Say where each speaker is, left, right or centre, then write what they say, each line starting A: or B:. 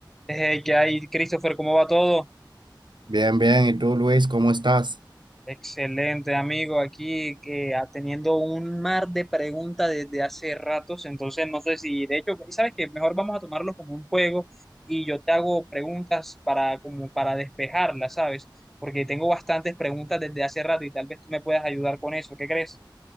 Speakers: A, in the centre; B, on the right (about 65°).
A: Eh, ¿qué hay, Christopher? ¿Cómo va todo?
B: Bien, bien. ¿Y tú, Luis, cómo estás?
A: Excelente, amigo. Aquí que ah, teniendo un mar de preguntas desde hace ratos, entonces no sé si, de hecho, sabes que mejor vamos a tomarlo como un juego y yo te hago preguntas para como para despejarlas, ¿sabes? Porque tengo bastantes preguntas desde hace rato y tal vez tú me puedas ayudar con eso. ¿Qué crees?